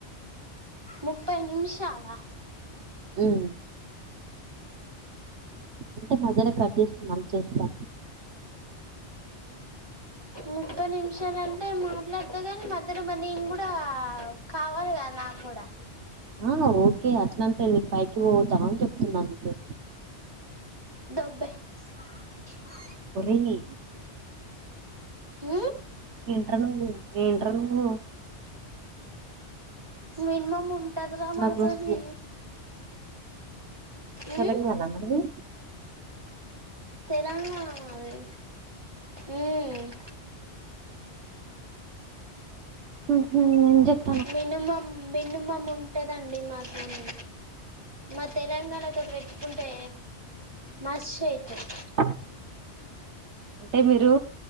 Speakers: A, on the right (about 20°); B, on the right (about 80°).
A: ముప్పై నిమిషాల ఆ
B: ఉం అంటే మధ్యలో కట్ చేసి మళ్ళి చేస్తా
A: ముప్పై నిమిషాలంటే మాట్లాడుత కానీ మధ్యలో మరి నేన్ కూడా కావాలి కదా నాకు కూడా
B: ఆ ఓకే అట్లాంటలే నే పైకి పోతా అని చెప్తున్నా అందుకే
A: దొబ్బెయ్ లాగండి బాగా
B: ఒరేయ్
A: ఊ
B: ఏంట్రా నువు ఏంట్రా నువ్వు
A: మినిమమ్ ఉంటుంది రా మనతోని
B: నాకు రోజు గు- తెలంగాణ
A: ఉమ్
B: మనది
A: తెలంగాణ మనది ఉం
B: ఉహు చెప్
A: మినిమమ్ మినిమం ఉంటుందండి మాతోని మా తెలంగాణతోటి పెట్టుకుంటే మస్ ఐతరు
B: ఒ అంటే మీరు